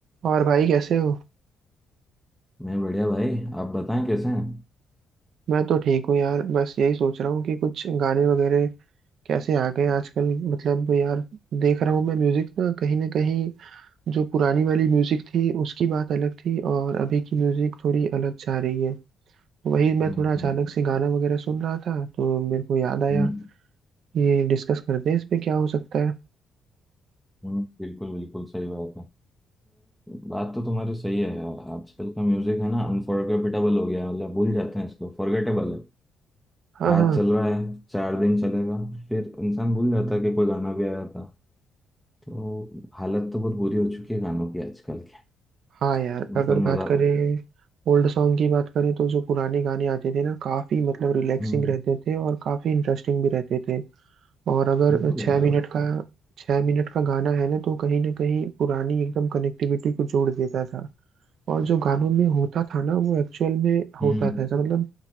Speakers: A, on the right; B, in the centre.
A: और भाई कैसे हो
B: मैं बढ़िया भाई आप बताएं कैसे हैं
A: मैं तो ठीक हूँ यार बस यही सोच रहा हूँ कि कुछ गाने वगैरह कैसे आ गए आजकल मतलब यार देख रहा हूँ मैं म्यूजिक ना कहीं ना कहीं जो पुरानी वाली म्यूजिक थी उसकी बात अलग थी और अभी की म्यूजिक थोड़ी अलग जा रही है वही मैं
B: हम्म
A: थोड़ा अचानक
B: हम्म
A: से गाना वगैरह सुन रहा था तो मेरे को याद आया
B: हम्म,
A: ये डिस्कस करते हैं इस पे क्या हो सकता है
B: हम्म, बिल्कुल बिल्कुल सही बात है अ, बात तो तुम्हारी सही है यार आजकल का म्यूजिक है ना अनफॉरगेटेबल हो गया है, मतलब भूल जाते हैं इसको फॉरगेटेबल है
A: हाँ
B: आज
A: हाँ
B: चल रहा है चार दिन चलेगा फिर इंसान भूल जाता है कि कोई गाना भी आया था तो हालत तो बहुत बुरी हो चुकी है गानों की आजकल के
A: हाँ यार
B: मतलब
A: अगर बात
B: मजा
A: करें ओल्ड सॉन्ग की बात करें तो जो पुराने गाने आते थे ना काफी मतलब रिलैक्सिंग
B: हम्म,
A: रहते थे और काफी इंटरेस्टिंग भी रहते थे और अगर
B: बिल्कुल
A: छः
B: यार
A: मिनट का छः मिनट का गाना है ना तो कहीं ना कहीं पुरानी एकदम कनेक्टिविटी को जोड़ देता था और जो गानों में होता था ना वो एक्चुअल में
B: हम्म
A: होता था ऐसा मतलब